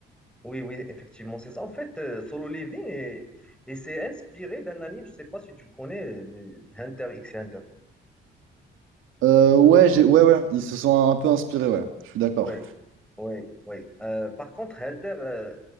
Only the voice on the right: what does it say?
Euh, ouais, j'ai, ouais, ouais, ils se sont un peu inspirés, ouais. Je suis d'accord.